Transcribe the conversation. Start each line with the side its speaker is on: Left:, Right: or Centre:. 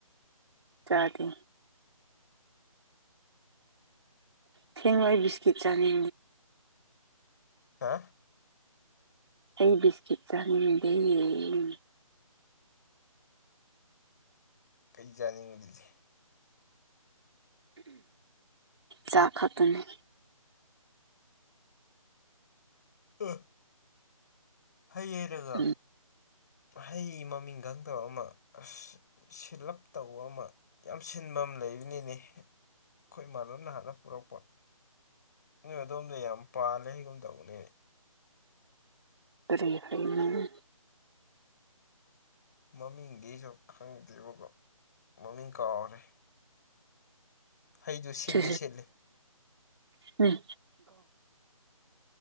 Right: ꯆꯗꯦ ꯊꯦꯡꯦꯡ ꯃꯣꯏ ꯁꯀꯤꯠ ꯆꯅꯤ
Left: ꯍꯥ
Right: ꯑꯩ ꯕꯤꯁꯀꯤꯠ ꯆꯥ ꯂꯩ
Left: ꯀꯩ ꯌꯥꯥꯅꯤꯡꯕꯗꯨꯗꯤꯦ
Right: ꯆꯥ ꯈꯇꯅꯦ
Left: ꯎ ꯍꯩꯌꯦꯔꯒ
Right: ꯎꯝ
Left: ꯍꯩ ꯃꯃꯤꯡ ꯈꯪꯗꯕ ꯑꯃ ꯑꯁ ꯁꯤꯜꯂꯞ ꯇꯧꯕ ꯑꯃ ꯌꯥꯝ ꯁꯤꯟꯕ ꯑꯃ ꯂꯩꯕꯅꯤꯅꯦ ꯑꯩꯈꯣꯏ ꯏꯃꯥꯟꯅꯕ ꯅꯍꯥꯟꯅ ꯄꯨꯔꯛꯄ ꯅꯣꯏ ꯑꯗꯣꯝꯗ ꯌꯥꯝ ꯄꯥꯜꯂꯦ ꯍꯒꯨꯝ ꯇꯧꯕꯅꯦꯅꯦ
Right: ꯀꯔꯔꯤ ꯍꯥꯏꯅꯦ
Left: ꯃꯃꯤꯡꯗꯤ ꯑꯩꯁꯨ ꯈꯪꯗ꯭ꯦꯕ ꯃꯃꯤꯡ ꯀꯥꯎꯔꯦ ꯍꯩꯗꯨ ꯁꯤꯟꯗꯤ
Right: ꯁꯤ
Left: ꯁꯤꯠꯂꯤ
Right: ꯎꯝ